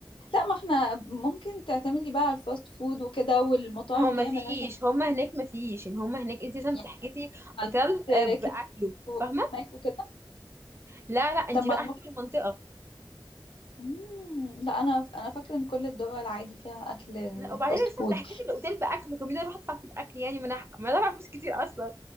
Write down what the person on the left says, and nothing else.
لا ما احنا ممكن تعتمدي بقى على الفاست فود وكده والمطاعم
اللي
هي ملهاش
يعني
عندك
كيك وماك
وكده
طب ما
المف...
مم، لا انا انا فاكره ان كل الدول عادي فيها اكل
فاست فود